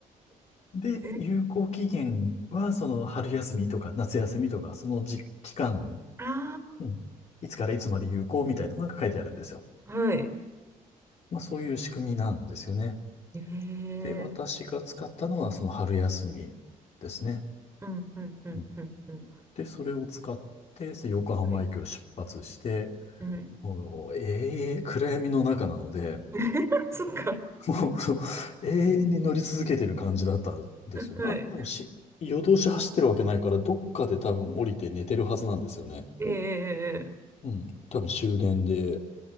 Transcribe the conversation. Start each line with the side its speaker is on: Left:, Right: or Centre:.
Left: <laughs> で、
Right: え、
Left: 有効期限は、その春休みとか夏休みとか、その時期間
Right: あ
Left: うん。いつからいつまで有効みたいなのが書いてあるんですよ。
Right: あ、はい。
Left: まあそういう仕組みなんですよね。
Right: ええ、
Left: で、私が使ったのはその春休みですね。
Right: うん、うん、うん、
Left: うん
Right: うん、うん。
Left: で、それを使ってその横浜駅を出発して、
Right: はい、うん。
Left: もう永遠、暗闇の中なので、
Right: <laughs> そっか。
Left: <laughs> もうそう永遠に乗り続けてる感じだったんですよね。
Right: はい。
Left: あれ、でもし、夜通し走ってるわけないから、どっかで多分降りて寝てるはずなんですよね。
Right: ええ、
Left: うん。多分終電で